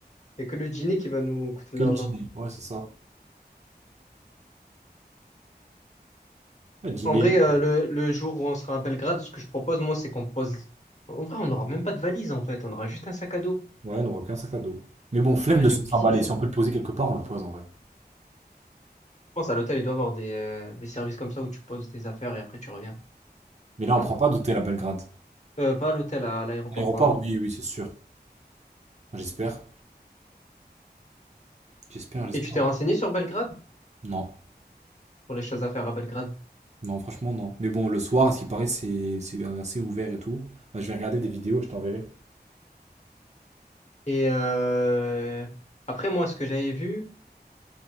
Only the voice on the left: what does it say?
Il n'y a que le dîner qui va nous coûter de
l'argent.
En vrai, euh, le, le jour où on sera à Belgrade, ce que je propose, moi, c'est qu'on pose. En vrai, on n'aura même pas de valise, en fait. On aura juste un sac à dos.
Ah,
j'ai
oublié
ça.
Je pense à l'hôtel, il doit avoir des, euh, des services comme ça où tu poses tes affaires et après tu reviens.
Sûr.
Euh, pas à l'hôtel, à l'aéroport,
pardon.
Et tu t'es renseigné sur Belgrade?
Pour les choses à faire à Belgrade.
Et euh, après, moi, ce que j'avais vu,